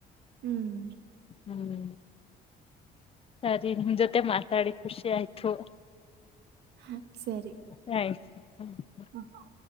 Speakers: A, on the right; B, on the left.
A: ಹ್ಮ್
B: ಹ್ಮ್ ಸರಿ ನಿಮ್ ಜೊತೆ ಮಾತಾಡಿ ಖುಷಿ ಆಯ್ತು
A: ಹ ಸರಿ
B: ಥ್ಯಾಂಕ್ಸ್
A: ಹ್ಮ